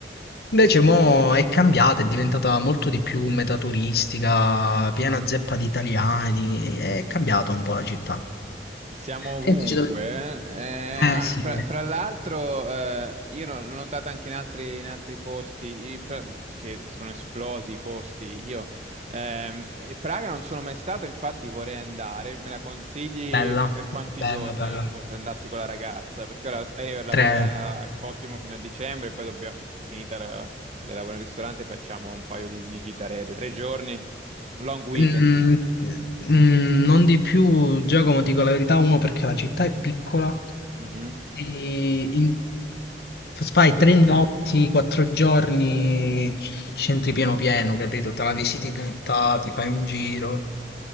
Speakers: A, on the left; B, on the right.
A: Invece mo è cambiata, è diventata molto di più metaturistica, piena zeppa di italiani, è cambiata un po' la città.
B: S- Siamo ovunque.
A: Sentici dove...
B: eh. Eh, ah,
A: Eh sì,
B: fra, fra l'altro, eh, io l'ho l'ho notato anche in altri, in altri posti i- fra- che sono esplosi i costi. Io, ehm, e Praga non sono mai stato, infatti vorrei andare. Me la consigli
A: bella,
B: per, per quanti
A: bella,
B: giorni?
A: bella.
B: Tipo, se andassi con la ragazza, perché ora lei lavorerà
A: Tre.
B: a Cottimo fino a dicembre, e poi dobbiamo, finita la, le lavoro in ristorante, facciamo un paio di, di gitarette. Tre giorni, un long weekend.
A: Mm, mm, non di più, Giacomo, ti dico la verità, uno perché la città è piccola
B: Mhm.
A: Quindi in- fai tre notti, quattro giorni, scentri pieno pieno, capito? Te la visiti tutta, ti fai un giro.